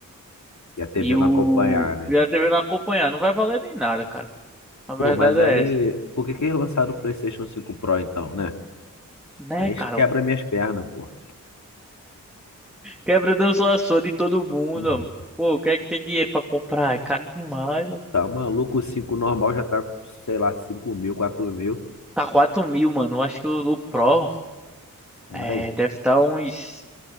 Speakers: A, on the left; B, in the centre.
A: E a TV
B: e
A: não
B: o,
A: acompanhar, né?
B: e a TV não acompanhar, não vai valer de nada, cara. A verdade
A: Pô, mas
B: é
A: aí,
B: essa.
A: por que que eles lançaram o PlayStation cinco Pro então, né?
B: Né,
A: Aí
B: cara?
A: isso quebra minhas pernas, pô.
B: Quebra o danço de todo mundo,
A: Uhum.
B: ó. Pô, o que é que tem dinheiro pra comprar? É caro demais,
A: Tá maluco, o 5 normal já tá, com, sei lá, cinco mil, quatro mil.
B: Tá quatro mil, mano. Eu acho que o, o Pro
A: não
B: é,
A: é Aí,
B: deve estar uns.